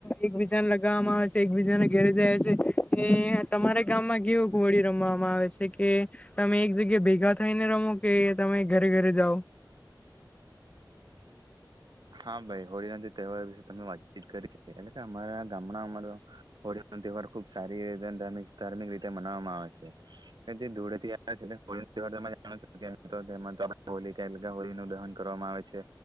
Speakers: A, on the left; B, on the right.
A: એકબીજાને લગાવવામાં આવે છે એકબીજાને ઘરે જાય છે કે તમારા ગામમાં કેવું હોળી રમવામાં આવે છે કે તમે એક જગ્યા ભેગા થઈને રમો, કે તમે ઘરે ઘરે જાઓ
B: હા ભાઈ હોળીનો જે તહેવાર વિશે તમે વાતચીત કરી છે એટલે કે અમારા ગામના મતલબ હોળીનો તહેવાર ખુબ સારી રીતે અને ધાર્મિક રીતે મનાવામાં આવે છે અને તે ધૂળેથી આવે છે એ હોળીનો તહેવાર હોળીનું દહન કરવામાં આવે છે